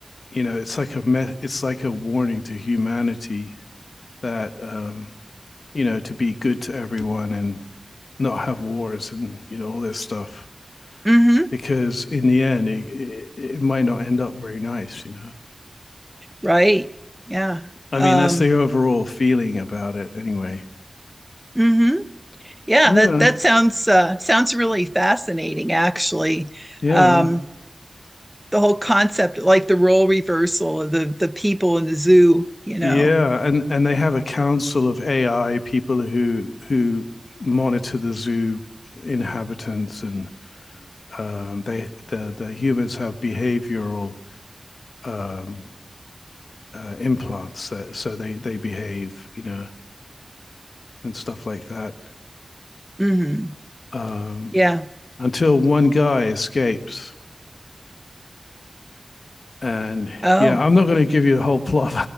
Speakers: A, on the left; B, in the centre.
A: you know it's like a me- it's like a warning to humanity that um, you know to be good to everyone and not have wars and you know all this stuff.
B: Mm-hmm.
A: because in the end, it, it, it might not end up very nice, you know?
B: Right. Yeah.
A: I
B: Um,
A: mean, that's the overall feeling about it anyway.
B: mm-hmm. Yeah,
A: Yeah,
B: that that sounds uh, sounds really fascinating, actually.
A: yeah.
B: Um, the whole concept, like the role reversal of the the people in the zoo, you know.
A: Yeah, and and they have a council of AI people who who monitor the zoo inhabitants, and um, they the the humans have behavioral um, uh, implants, that, so they they behave, you know, and stuff like that.
B: hmm
A: Um,
B: Yeah.
A: until one guy escapes and
B: Oh.
A: yeah, I'm not going to give you the whole plot.